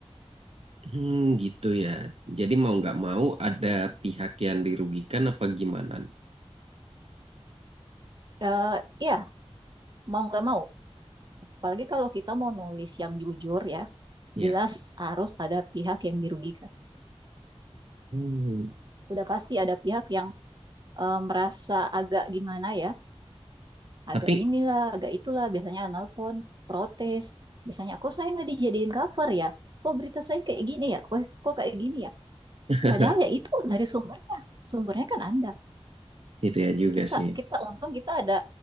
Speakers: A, on the right (about 65°); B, on the right (about 45°).
A: hmm, gitu ya. Jadi mau nggak mau ada pihak yang dirugikan apa gimana?
B: Eh, ya, mau nggak mau. Apalagi kalau kita mau nulis yang jujur ya,
A: Ya,
B: jelas harus ada pihak yang dirugikan.
A: hmm.
B: Udah pasti ada pihak yang eh, merasa agak gimana ya, agak
A: Tapi
B: inilah, agak itulah, biasanya nelfon, protes. Biasanya, kok saya nggak dijadiin cover ya? Kok berita saya kayak gini ya? Kok, kok kayak gini ya?
A: <laughs>
B: Padahal ya itu dari sumbernya. Sumbernya kan Anda
A: itu ya juga
B: kita
A: sih.
B: kita untung kita ada